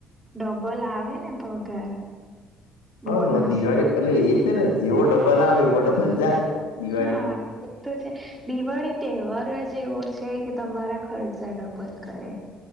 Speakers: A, on the right; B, on the left.
A: ડબલ આવે ને પગાર.
B: હ
A: બોનસ
B: દિવાળી એલે એ છે ને જેવો ડબલ આવે એવો ડબલ જાય. દિવાળીમાં
A: હા. એ તો છે, દિવાળી તહેવાર જ એવો છે કે તમારા ખર્ચા ડબલ કરે.